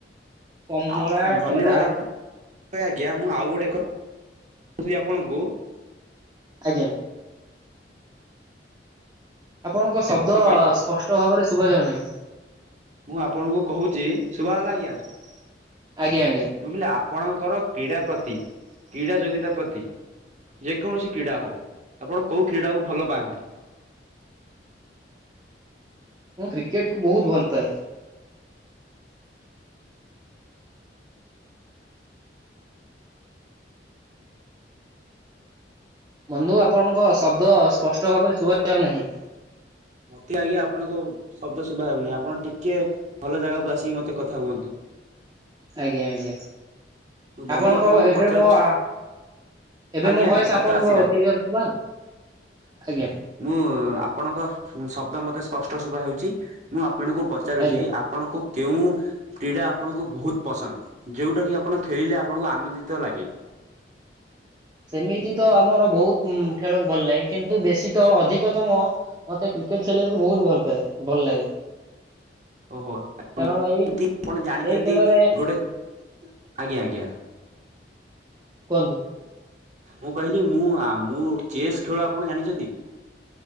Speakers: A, on the right; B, on the right.
A: କମଳା
B: ଆଉ ଧନ୍ୟବାଦ
A: ଡାଳି
B: ଆ ଆଜ୍ଞା ମୁଁ ଆଉ ଗୋଟେଥିଲି ଆପଣଙ୍କୁ <unintelligible>
A: ଆଜ୍ଞା। ଆପଣଙ୍କ ଶବ୍ଦ
B: ଟିକେ କହିବେ
A: ସ୍ପଷ୍ଟ ଭାବରେ ଶୁଭା ଯାଉନାହିଁ।
B: ମୁଁ ଆପଣଙ୍କୁ କହୁଛି ଶୁଭା ହେଲା ଆଜ୍ଞା। ମୁଁ
A: ଆଜ୍ଞା ଆଜ୍ଞା
B: ବୁଝିଲେଆପଣଙ୍କର କ୍ରୀଡ଼ା ପ୍ରତି କ୍ରୀଡ଼ା ଯୋଗିତା ପ୍ରତି। ଯେ କୌଣସି କ୍ରୀଡ଼ା ହଉ ଆପଣ କୋଉ କ୍ରୀଡାକୁ ଭଲ ପାଆନ୍ତି।
A: ମୁଁ କ୍ରିକେଟ କୁ ବହୁତ୍ ଭଲ ପାଏ। ବନ୍ଧୁ ଆପଣଙ୍କ ଶବ୍ଦ ସ୍ପଷ୍ଟ ଭାବରେ ଶୁଭାଯାଉନାହିଁ।
B: ମତେ ଆଜ୍ଞା ଆପଣଙ୍କ ଶବ୍ଦ ଶୁଭା ହେଉନିଁ ଆପଣ ଟିକେ ଭଲ ଜାଗାକୁ ଆସିକି ମତେ କଥା ହୁଅନ୍ତୁ।
A: ଆଜ୍ଞା ଆଜ୍ଞା
B: ବନ୍ଧୁ
A: ଆପଣଙ୍କ
B: ଆପଣଙ୍କୁ
A: ଏବେ
B: ପଚାରୁଛି
A: ମୋ ଆ। ଏବେ
B: ଆଜ୍ଞା
A: ମୋ
B: ଆଜ୍ଞା
A: ଭଏସ
B: ଶବ୍ଦ
A: ଆପଣଙ୍କ
B: ଆସିଲା।
A: କ୍ଲିୟର ଭ ଆଜ୍ଞା।
B: ମୁଁ ଆପଣଙ୍କ ଶବ୍ଦ ମୋତେ ସ୍ପଷ୍ଟ ଶୁଭା ହେଉଛି ମୁଁ ଆପଣଙ୍କୁ ପଚାରୁଛି।
A: ଆଜ୍ଞା।
B: ଆପଣଙ୍କୁ କେଉଁ କ୍ରୀଡା ଆପଣଙ୍କୁ ବହୁତ୍ ପସନ୍ଦ ଯୋଉଟା କି। ଆପଣ ଖେଳିଲେ ଆପଣଙ୍କୁ ଆନନ୍ଦିତ ଲାଗେ‌।
A: ସେମିତି ତ ଆମର ବହୁତ୍ ଖେଳକୁ ଭଲ ଲାଗେ କିନ୍ତୁ ବେଶୀ ତ ଅଧିକତମ। ମତେ କ୍ରିକେଟ୍ ଖେଳିବାକୁ ବହୁତ୍ ଭଲ ପାଏ ଭଲ ଲାଗେ।
B: ଓହୋମତି
A: କାରଣ ଏଇ
B: ଆପଣ ଜାଣିଛନ୍ତି
A: ଏଇ ଖେଳରେ
B: ଗୋଟେ ଆଜ୍ଞା ଆଜ୍ଞା।
A: କୁହନ୍ତୁ।
B: ମୁଁ କହିଲି ମୁଁ ମୁଁ ଚେସ୍ ଖେଳ ଆପଣ ଜାଣିଛନ୍ତି।